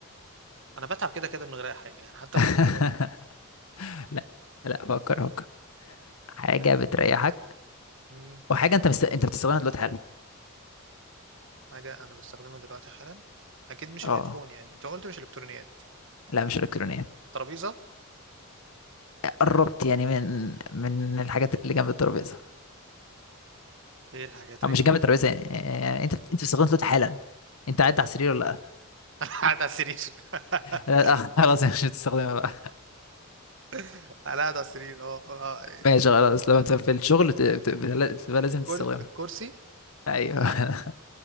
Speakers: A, on the right (about 60°); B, on the left (about 80°).
A: انا بتعب كده كده من غير اي حاجة يعني حتى من
B: <laughs>
A: أحلى واحد.
B: لا لا فكر فكر حاجة
A: آه،
B: بتريحك
A: مم،
B: وحاجة انت مست... انت بتستخدمها دلوقتي حالا
A: حاجة انا بستخدمها دلوقتي حالا اكيد مش
B: اه
A: الهيدفون يعني انت قلت مش الكترونيات
B: لا مش الكترونيات
A: ترابيزة
B: قربت يعني من من الحاجات اللي جنب الترابيزة
A: ايه الحاجات اللي
B: او مش
A: جنبك
B: جنب الترابيزة يعني آه، انت انت بتستخدمها دلوقتي حالا انت قاعد على السرير ولا
A: <laughs> انا قاعد على السرير <laughs>
B: لا لا آه، <laughs> خلاص مش هتستخدمها بقى
A: انا قاعد على السرير اه آه، آه.
B: ماشي خلاص لما تبقى في الشغل ت- بت- بت- بتبقى لازم
A: كل
B: تستخدمها
A: الكرسي
B: ايوه <laughs>